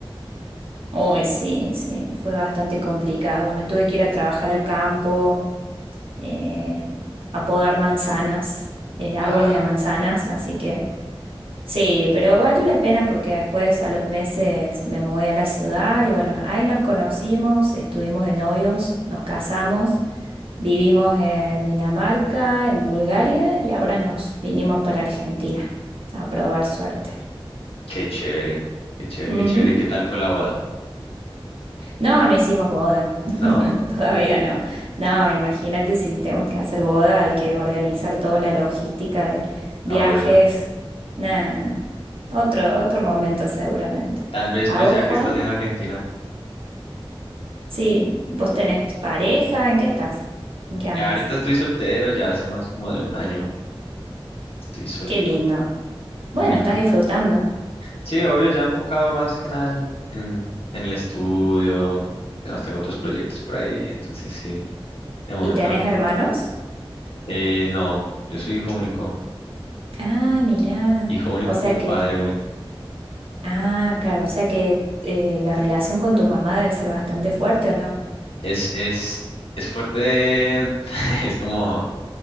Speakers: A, on the right; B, on the left.
A: uy, sí, sí, fue bastante complicado. Me tuve que ir a trabajar al campo, eh, a podar manzanas, eh, árboles
B: Ah,
A: de manzanas, así que... Sí, pero valió la pena porque después a los meses me mudé a la ciudad y bueno, ahí nos conocimos, estuvimos de novios, nos casamos, vivimos en Dinamarca, en Bulgaria y ahora nos vinimos para Argentina a probar suerte.
B: qué chévere, qué chévere,
A: Ujú.
B: qué chévere. ¿Y qué tal fue la boda?
A: No, no hicimos boda, <laughs>
B: ¿No?
A: todavía no. No, imagínate si tenemos que hacer boda, hay que organizar toda una logística de viajes.
B: Obvio.
A: Nada, no. Otro, otro momento seguramente.
B: Tal vez
A: ¿A
B: pues
A: vos,
B: ya
A: Juan?
B: que estás en Argentina.
A: Sí, vos tenés pareja, ¿en qué estás? ¿En qué andas?
B: Eh, ahorita estoy soltero, ya hace más como de un año. Estoy solito.
A: Qué lindo.
B: Ujú.
A: Bueno, estás disfrutando.
B: Sí, obvio, ya enfocado más que nada en, en- en el estudio. Además tengo otros proyectos por ahí, entonces sí. De momento,
A: ¿Y tenés
B: n-
A: hermanos?
B: eh, no, yo soy hijo único.
A: Ah, mirá.
B: Hijo único
A: O sea
B: con
A: que,
B: padre único.
A: ah, claro, o sea que eh, la relación con tu mamá debe ser bastante fuerte, ¿o no?
B: Es, es, es fuerte, <laughs> es como